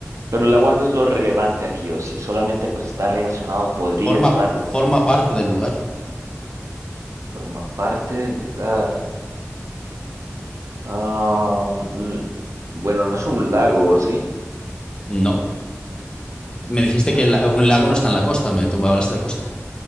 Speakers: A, on the right; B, on the left.
A: pero el agua no es lo relevante aquí, o si solamente pues está relacionado, podría
B: Forma,
A: estarlo.
B: forma parte del lugar.
A: Forma parte del lugar. Ah, mm, bueno, no es un lago, ¿sí?
B: No. Me dijiste
A: Es una
B: que la- un lago no está en la costa, me, tú me hablaste de costa.